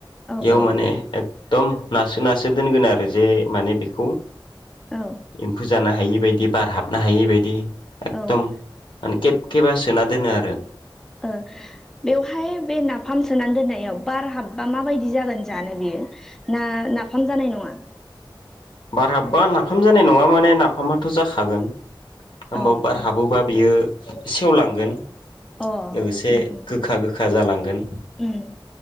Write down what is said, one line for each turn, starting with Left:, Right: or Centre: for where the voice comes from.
Centre: औ
Left: याव
Centre: औ
Left: माने एखदम नासो नासो दोनगोनो आरो जे माने बेखौ
Centre: औ
Left: एम्फौ जानो हायि बाय बि बार हाबनो हायै बायदि एकदम
Centre: औ
Left: माने खे खेबा सोना दोनो आरो
Centre: ओ बेवहाय बे नाफाम सोनानै दोननायाव बार हाबबा माबायदि जागोन जानो बेयो। ना नाफाम जानाय नङा?
Left: बारहाबबा नाफाम जानाय नङा माने नाफामाथ' जाखागोन होमबाबो
Centre: अ
Left: बार हाबोबा बियो सेवलांगोन
Centre: अ
Left: लोगोसे
Centre: उम
Left: गोखा गोखा जालांगोन
Centre: उम